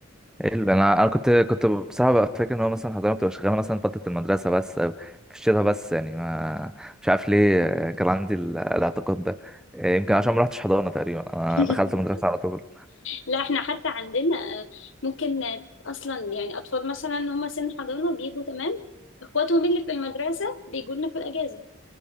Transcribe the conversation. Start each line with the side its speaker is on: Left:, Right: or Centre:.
Centre: إيه اللي- انا انا كنت كنت بصراحه بقى فاكر ان هو مثلا حضانه بتبقى شغاله مثلا فتره المدرسه بس او في الشتاء بس يعني ما مش عارف ليه آه، كان عندي ال- الاعتقاد ده آه، يمكن عشان ما رحتش حضانه تقريبا انا
Left: <laughs>
Centre: دخلت مدرسه على طول
Left: لا احنا حتى عندنا آه، ممكن آه، اصلا يعني اطفال مثلا هم سن حضانه بيجوا تمام اخواتهم اللي في المدرسه بيجوا لنا في الاجازه